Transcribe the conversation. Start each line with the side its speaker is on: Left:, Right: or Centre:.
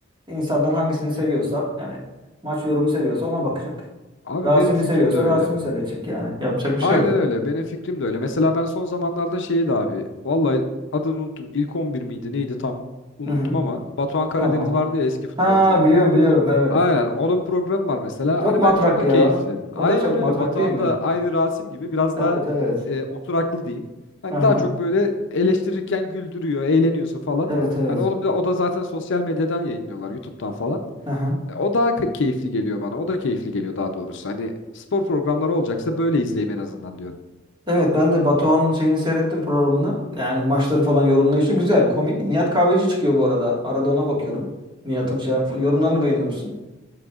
Right: İnsanlar hangisini seviyorsa yani maç yorumu seviyorsa ona bakacak.
Left: Abi
Right: Rasim'i
Left: benim fikrim
Right: seviyorsa
Left: de öyle.
Right: Rasim'i seyredecek yani. Yapacak bir şey
Left: Aynen
Right: yok.
Left: öyle benim fikrim de öyle. Mesela ben son zamanlarda şeyi de abi vallahi adını unuttum ilk 11 miydi neydi tam unuttum
Right: Hı hı.
Left: ama Batuhan Karadeniz
Right: Tamam.
Left: vardı ya eski futbolcu
Right: Ha
Left: abi.
Right: biliyorum biliyorum evet.
Left: Aynen onun programı var mesela.
Right: Çok
Left: Hani
Right: matrak
Left: bence o da
Right: ya.
Left: keyifli. Aynen
Right: O da çok
Left: öyle.
Right: matrak
Left: Batuhan
Right: değil mi?
Left: da aynı Rasim gibi biraz
Right: Evet
Left: daha
Right: evet.
Left: e, oturaklı diyeyim. Hani
Right: Aha.
Left: daha çok böyle eleştirirken güldürüyor, eğleniyorsun falan.
Right: Evet evet.
Left: Hani o da, o da zaten sosyal medyadan yayınlıyorlar, YouTube'dan falan.
Right: Aha.
Left: E, o daha k- keyifli geliyor bana. O da keyifli geliyor daha doğrusu. Hani spor programları olacaksa böyle izleyeyim en azından diyorum.
Right: Evet ben de Batuhan'ın şeyini seyrettim programını. Yani maçları falan yorumlayışı güzel, komik. Nihat Kahveci çıkıyor bu arada. Arada ona bakıyorum. Nihat'ın şey, yorumlarını beğeniyor musun?